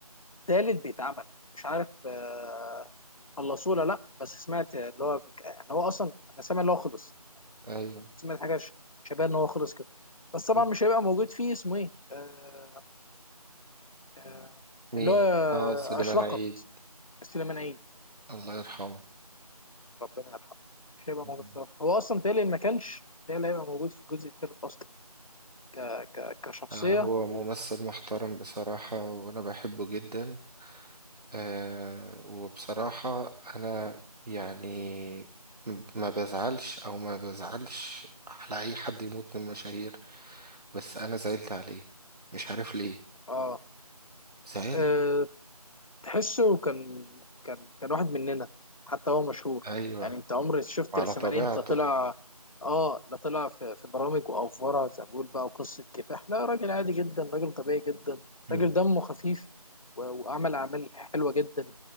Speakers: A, on the left; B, on the right.
A: تالت بيتعمل مش عارف آه، خلصوه ولا لا بس سمعت اللي هو بك... يعني هو اصلا انا سامع اللي هو خلص يعني
B: أيوة
A: سمعت حاجه ش- شبه ان هو خلص كده بس طبعا
B: مم.
A: مش هيبقى موجود فيه اسمه ايه آه، آه،
B: مين؟
A: اللي هو
B: اه سليمان
A: اشرقت
B: عيد
A: سليمان عيد
B: الله يرحمه
A: ربنا يرحمه مش هيبقى
B: مم.
A: موجود ده. هو اصلا تالي ما كانش تالي هيبقى موجود في الجزء التالت اصلا ك... ك... كشخصيه
B: آه هو
A: و...
B: ممثل محترم بصراحة وأنا بحبه جدا آه وبصراحة أنا يعني م- ما بزعلش أو ما بزعلش على أي حد يموت من المشاهير بس أنا زعلت عليه مش عارف ليه
A: اه
B: زعل
A: آه، تحسه كان كان كان واحد مننا حتى هو مشهور
B: ايوه
A: يعني انت عمرك شفت
B: وعلى
A: السمانين
B: طبيعته
A: ده طلع اه لا طلع في, في برامج وافوره زي ما بقول بقى وقصه كفاح لا راجل عادي جدا راجل طبيعي جدا
B: مم.
A: راجل دمه خفيف و- وعمل اعمال حلوه جدا